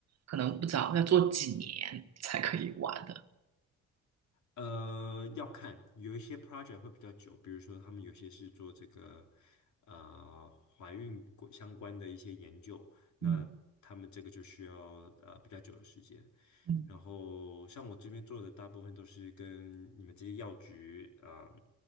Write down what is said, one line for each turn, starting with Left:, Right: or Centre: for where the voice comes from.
Right: 可能不早要做几年才可以完的？
Left: 呃，要看有一些 project 会比较久，比如说他们有些是做这个呃怀孕过相关的一些研究，那他们这个就需要呃比较久的时间。
Right: 嗯嗯
Left: 然后像我这边做的大部分都是跟你们这些药局啊、呃